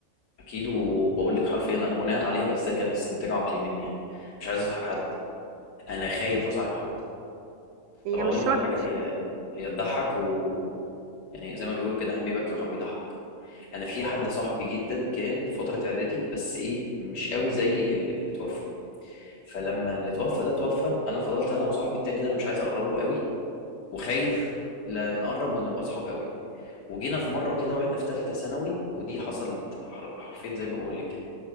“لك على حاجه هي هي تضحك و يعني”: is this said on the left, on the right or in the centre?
Left